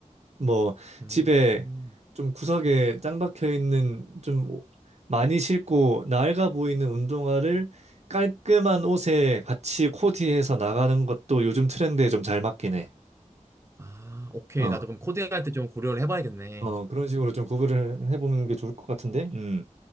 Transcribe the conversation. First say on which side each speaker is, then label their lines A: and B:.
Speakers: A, on the right (about 55°); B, on the right (about 20°).
A: 뭐
B: 음.
A: 집에
B: 음.
A: 좀 구석에 짱 박혀 있는 좀 오- 많이 싣고 낡아 보이는 운동화를 깔끔한 옷에 같이 코디해서 나가는 것도 요즘 트렌드에 좀 잘 맞긴 해.
B: 아, 오케이.
A: 어.
B: 나도 그럼 코디할 때 좀 고려를 해봐야겠네.
A: 어, 그런 식으로 좀 구분을 해보는 게 좋을 것 같은데. 음.